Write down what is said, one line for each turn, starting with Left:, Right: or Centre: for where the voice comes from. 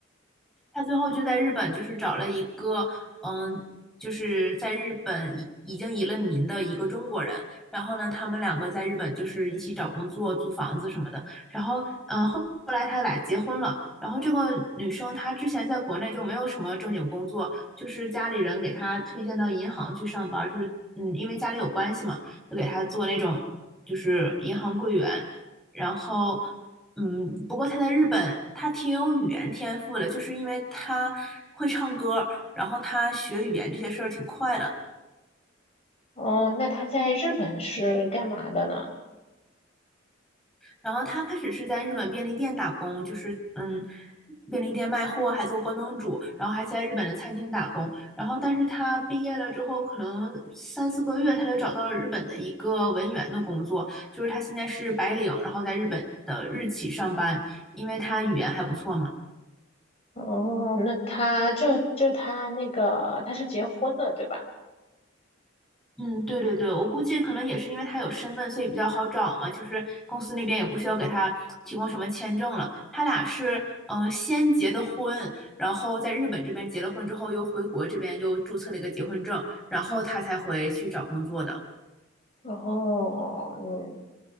Centre: 他最后就在日本，就是找了一个，嗯，就是在日本已已经移了民的一个中国人。然后呢，他们两个在日本就是一起找工作、租房子什么的。然后，嗯，后后来他俩结婚了。然后这个女生她之前在国内就没有什么正经工作，就是家里人给她推荐到银行去上班，就是嗯，因为家里有关系嘛，就给她做那种就是银行柜员。然后嗯，不过他在日本，他挺有语言天赋的，就是因为他会唱歌，然后他学语言这些事儿挺快的。
Left: 哦，那他在日本是干嘛的呢？
Centre: 然后他开始是在日本便利店打工，就是嗯，便利店卖货，还做关东煮，然后还在日本的餐厅打工。然后，但是他毕业了之后，可能三四个月，他就找到了日本的一个文员的工作，就是他现在是白领，然后在日本的日企上班，因为他语言还不错嘛。
Left: 哦，那他就就他那个他是结婚了，对吧？
Centre: 嗯，对对对，我估计可能也是因为他有身份，所以比较好找嘛。就是公司那边也不需要给他提供什么签证了。他俩是嗯、呃先结的婚，然后在日本这边结了婚之后，又回国这边又注册了一个结婚证，然后他才回去找工作的。
Left: 哦，嗯